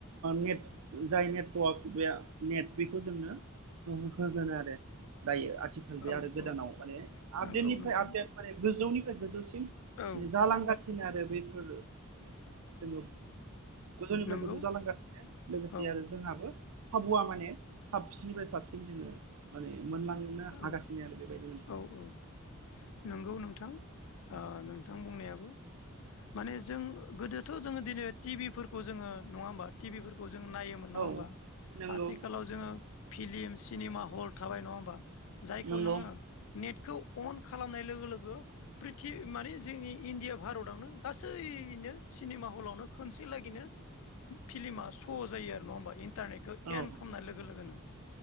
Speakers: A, on the right; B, on the left.
A: नेट जाय नेट नेट बेखौ जोंनो होगोन आरो दायो आथिखाल बे
B: औ
A: आरो गोदानाव
B: औ
A: माने
B: नंगौ
A: आपडेटनिफ्राय
B: नोंथां
A: आपडेट माने गोजौनिफ्राय गोजौ माने
B: औ
A: जालांगासिनो आरो बेफोर माने जोङो गोजौनिफ्राय
B: नंगौ
A: गोजौ जालांगासिनो लोगोसे
B: औ
A: आरो जोंहाबो खाबुआ माने साबसिननिफ्राय साबसिन जोङो माने मोनलांनो
B: औ
A: हागासिनो आरो बेबायदि नोंथां
B: औ औ नंगौ नोंथां नोंथां बुंनायाबो माने जों गोदोथ' जोङो दिनै टि भिफोरखौ जोङो नङा होमबा टिभिफोरखौ जों नायोमोन नङा
A: औ
B: होमबा
A: नंगौ
B: आथिखालाव जोङो फिलिम सिनेमा हल थाबाय नङा होमबा जायखौ
A: नंगौ
B: नोङो नेट खौ अन खालामनाय लोगो लोगो प्रि माने जोंनि इण्डिया भारतावनो गासै सिनेमा हलनो खसेनो फिमा ' जायो आरो नङा ह ारनेखौ
A: औ
B: एन खमनाय लोगो लोगोनो